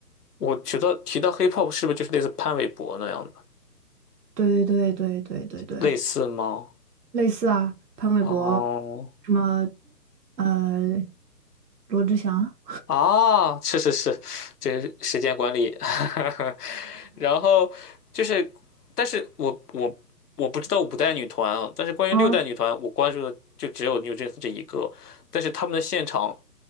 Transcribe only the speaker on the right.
对对对对对对对。
类似啊，潘玮柏，
什么呃，罗志祥，
嗯，